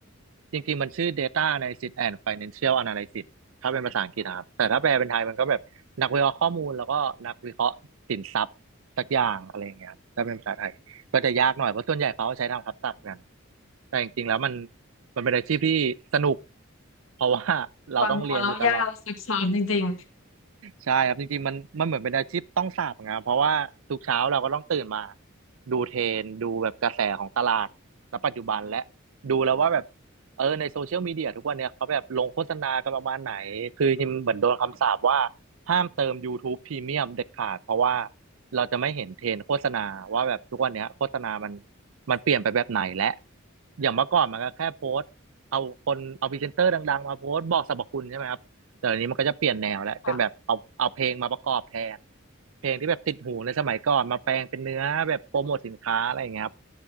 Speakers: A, on the right (about 80°); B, on the left (about 75°).
A: จริงๆมันชื่อ Data Analysis and Financial Analysis ถ้าเป็นภาษาอังกฤษนะครับแต่ถ้าแปลเป็นไทยมันก็แบบนักวิเคราะห์ข้อมูลแล้วก็นักวิเคราะห์สินทรัพย์สักอย่างอะไรอย่างเงี้ยครับถ้าเป็นภาษาไทย ก็จะยากหน่อยเพราะส่วนใหญ่เขาใช้ทำคับศัพท์กันแต่จริงๆแล้วมันมันเป็นอาชีพที่สนุกเพราะว่าเราต้องเรียนอยู่ตลอด
B: ฟังดูแล้วยากลซับซ้อนจริง
A: ใช่ครับจริงๆมันมันเหมือนเป็นอาชีพต้องสาปนะครับเพราะว่าทุกเช้าเราก็ต้องตื่นมาดูเทรนด์ดูแบบกระแสของตลาดณปัจจุบันและดูแล้วว่าแบบเออในโซเชียลมีเดียทุกวันเนี่ยเขาแบบลงโฆษณากันประมาณไหนคือจริงๆเหมือนโดนคำสาปว่าห้ามเติม YouTube พ r e m ม u m เด็ดขาดเพราะว่าเราจะไม่เห็นเทรนด์โฆษณาว่าแบบทุกวันเนี้ยโฆษณามันมันเปลี่ยนไปแบบไหนและอย่างเมื่อก่อนมันก็แค่โพสต์เอาคนเอาพรีเซนเตอร์ดังๆมาโพสต์บอกสรรพคุณใช่ไหมครับ แต่เดี๋ยวนี้มันก็จะเปลี่ยนแนวแล้วเป็นแบบเอาเอาเพลงมาประกอบแทน
B: ๆค่ะ
A: เพลงที่แบบติดหูในสมัยก่อนมาแปลงเป็นเนื้อแบบโปรโมทสินค้าอะไรอย่างเงี้ยครับ